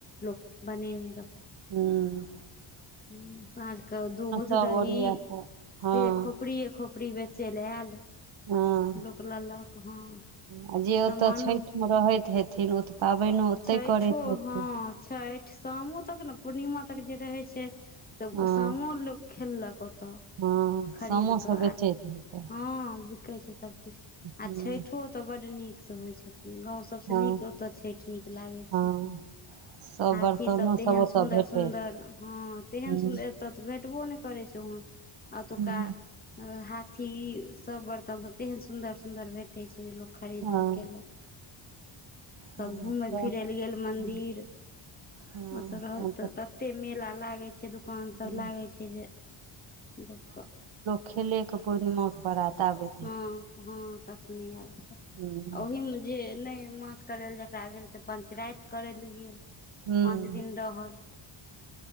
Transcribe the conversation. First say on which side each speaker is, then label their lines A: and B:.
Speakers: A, on the left; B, on the right.
A: लोक बनेने रहल
B: हुँ
A: हुँ साँझ के दूध
B: सब
A: दही
B: ओरिया कऽ हँ
A: से खो खोपड़रिे खोपड़ी बेचै लए आयल
B: हँ
A: लोक लेलक हँ
B: ह जे
A: सामानो
B: ओतऽ छठिमे रहैत हेथिन ओ पाबैनो ओतहि
A: छठ
B: करैत हेथिन
A: हँ छठ शामो तक ने पूर्णिमा तक जे रहै छै तऽ
B: हँ
A: शामो लोक खेललक ओतऽ
B: हँ
A: खरीद
B: सामो सब
A: कऽ
B: बेचैत
A: आ
B: हेतै
A: हँ बिकै छै सभचीज आ
B: हूँ
A: छठो ओतय बड्ड नीकसँ होइ छथिन गाँव सभसँ
B: हँ
A: नीक ओतय छठि नीक लागै छै
B: हँ सब
A: हाथी
B: बर्तनो
A: सब तेहन
B: ओतऽ
A: सुन्दर
B: भेटैत
A: सुन्दर हँ तेहन
B: हूँ
A: सुन्दर ओतऽ तऽ भेटबो नहि करै छै ओहन आ ओतुका
B: हूँ
A: हाथी सब बर्तन सब तेहन सुंदर सुंदर भेट भेटय छै जे लोक खरीद
B: हँ
A: के केलक सब
B: हँ
A: घूमे
B: सब
A: फिर फिरल गेल मंदिर
B: हँ हँ
A: ओत रहल
B: तहन
A: त तते मेला लागे छै दुख दोकान
B: तऽ
A: सब लागै छै जे लोकके
B: खेले के पूर्णिमा के बरात आबे
A: हँ हँ तखने आयल
B: हूँ
A: ओहिमे जे नहि मास करैलए जकरा भेल से पञ्चराति करै लए गेल
B: हूँ
A: पाँच दिन रहल